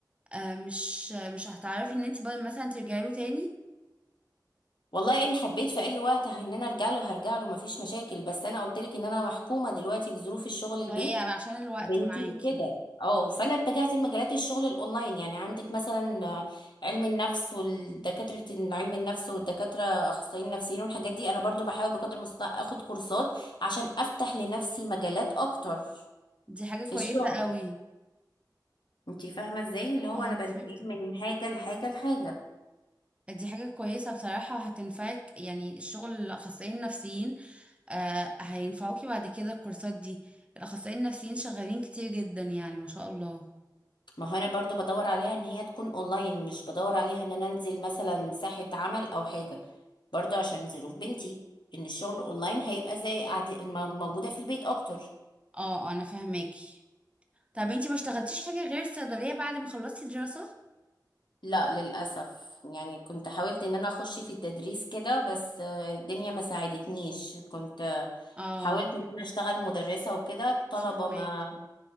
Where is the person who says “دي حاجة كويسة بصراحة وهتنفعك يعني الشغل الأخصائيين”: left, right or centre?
Right